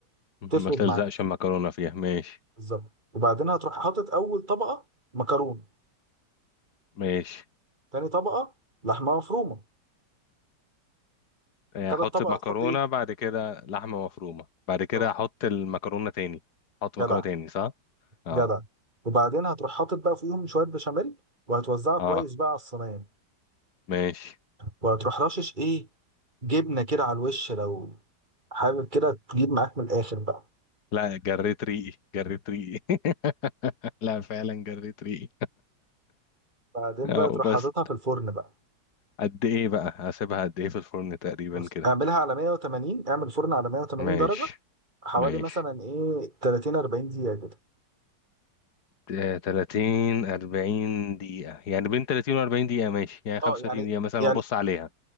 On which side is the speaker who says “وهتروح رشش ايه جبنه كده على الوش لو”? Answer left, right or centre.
Right